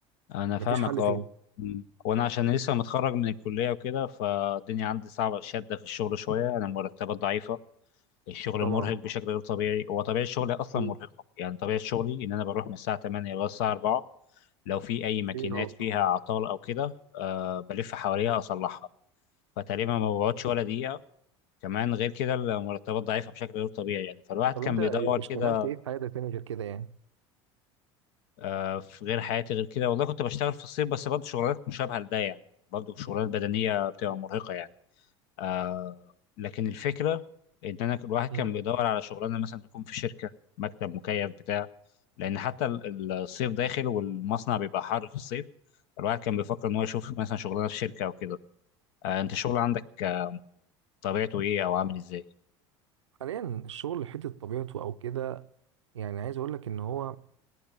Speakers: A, on the left; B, on the right.
A: انا فاهمك
B: مفيش حل
A: اه
B: تاني
A: مم. وانا عشان لسه متخرج من الكليه وكده فالدنيا عندي صعبه شاده في الشغل شويه انا المرتبات ضعيفه الشغل
B: طبعا
A: مرهق بشكل غير طبيعي هو طبيعه شغلي اصلا
B: اكيد
A: مرهقه يعني طبيعه شغلي ان انا بروح من الساعه 8 لغايه الساعه 4 لو في اي ماكينات
B: في إرهاق.
A: فيها اعطال او كده أه بلف حواليها اصلحها فتقريبا ما بقعدش ولا دقيقه كمان غير كده المرتبات ضعيفه بشكل غير طبيعي يعني فالواحد
B: طب
A: كان
B: انت
A: بيدور
B: اشتغلت
A: كده
B: ايه في حياتك تاني غير كده يعني
A: آه، في غير حياتي غير كده والله كنت بشتغل في الصيف بس برضه شغلانات مشابهة لده يعني برضه شغلانات بدنية بتبقى مرهقة يعني آه لكن الفكرة إن أنا الواحد
B: مم.
A: كان بيدور على شغلانة مثلا تكون في شركة مكتب مكيف بتاع لأن حتى ال- الصيف داخل والمصنع بيبقى حر في الصيف الواحد كان بيفكر إن هو يشوف مثلا شغلانة في شركة أو كده آه أنت الشغل عندك آه، طبيعته إيه أو عامل إزاي؟
B: حاليا الشغل حته طبيعته او كده يعني عايز اقول لك ان هو